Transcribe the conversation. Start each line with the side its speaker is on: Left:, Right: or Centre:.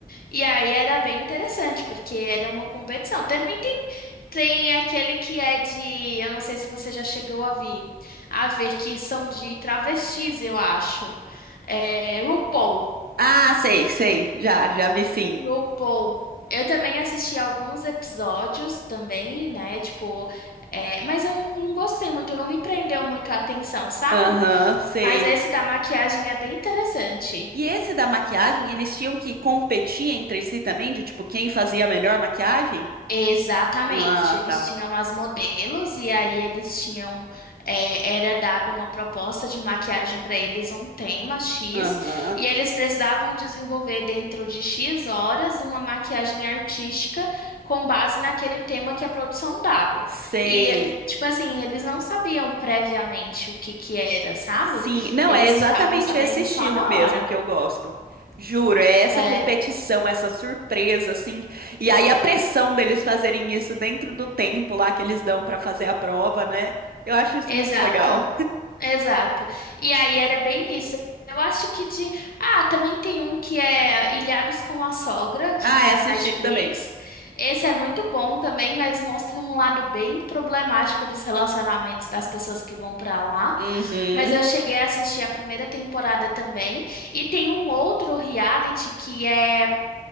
Left: E aí era bem interessante, porque era uma competição. Também tem, tem aquele que é de, eu não sei se você já chegou a ver, a ver que são de travestis, eu acho. É, RuPaul.
Right: Ah, sei, sei. Já, já vi sim.
Left: RuPaul. Eu também assisti alguns episódios também, né? Tipo, é, mas eu não, não gostei muito, não me prendeu muito a atenção, sabe?
Right: Aham, sei.
Left: Mas esse da maquiagem é bem interessante.
Right: E esse da maquiagem, eles tinham que competir entre si também, de tipo, quem fazia a melhor maquiagem?
Left: Exatamente,
Right: Ah,
Left: eles
Right: tá.
Left: tinham as modelos e aí eles tinham, eh, era dado uma proposta de maquiagem para eles, um tema X,
Right: Aham.
Left: e eles precisavam desenvolver dentro de X horas uma maquiagem artística com base naquele tema que a produção dava.
Right: Sei.
Left: E, tipo assim, eles não sabiam previamente o que que era, sabe?
Right: Sim. Não,
Left: Eles
Right: é exatamente
Left: ficavam sabendo
Right: esse estilo
Left: só na
Right: mesmo
Left: hora.
Right: que eu gosto. Juro, é essa
Left: É,
Right: competição, essa surpresa, assim. E aí a pressão deles fazerem isso dentro do tempo lá que eles dão pra fazer a prova, né? Eu acho isso
Left: exato.
Right: muito legal.
Left: Exato. E aí era bem isso. Eu acho que de. Ah, também tem um que é Ilhados com a Sogra, que
Right: Ah,
Left: foi
Right: é assistir
Left: na Netflix.
Right: também.
Left: Esse é muito bom também, mas mostra um lado bem problemático dos relacionamentos das pessoas que vão pra lá.
Right: Uhum.
Left: Mas eu cheguei a assistir a primeira temporada também. E tem um outro reality que é